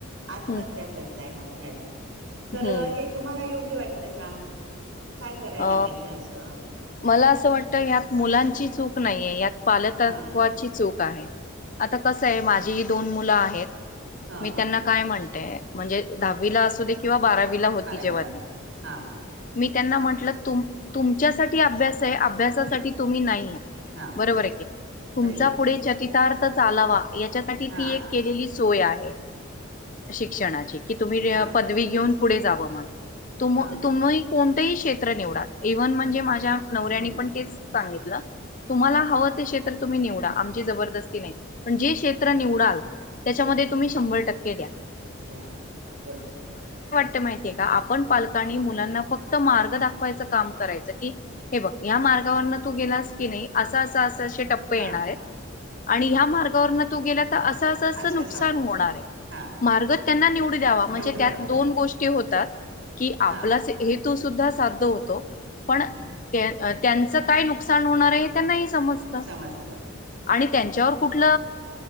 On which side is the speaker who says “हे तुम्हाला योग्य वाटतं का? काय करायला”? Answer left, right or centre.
Right